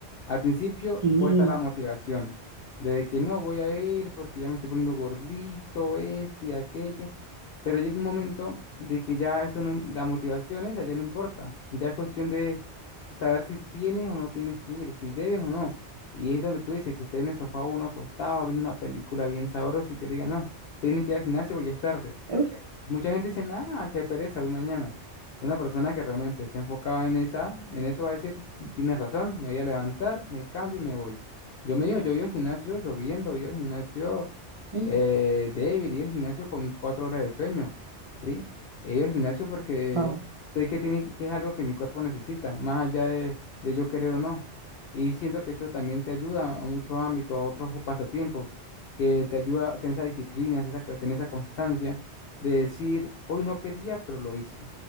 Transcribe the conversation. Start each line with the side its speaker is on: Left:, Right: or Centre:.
Left: Al principio
Right: Sí.
Left: puede estar la motivación de que no voy a ir porque ya me estoy poniendo gordito, esto y aquello. Pero llega un momento de que ya eso no, la motivación esa ya no importa. Ya es cuestión de saber si tienes o no tienes que ir, si debes o no. Y es donde tú dices que esté en el sofá uno acostado viendo una película bien sabrosa y que diga, no, tienes que ir al gimnasio porque ya es tarde.
Right: Uf.
Left: Mucha gente dice, nada, qué pereza, hoy mañana. Una persona que realmente está enfocada en esa, en eso va a decir, tienes razón, me voy a levantar, me cambio y me voy. Yo me iba, yo iba al gimnasio lloviendo, iba al gimnasio,
Right: Mm.
Left: eh, David, iba al gimnasio con cuatro horas de sueño, ¿sí? He ido al gimnasio porque
Right: Wow.
Left: sé que tiene, que es algo que mi cuerpo necesita, más allá de, de yo querer o no. Y siento que eso también te ayuda a muchos ámbitos, a otros pasatiempos, que te ayuda a tener esa disciplina, esa, co- tener esa constancia de decir, hoy no quería, pero lo hice.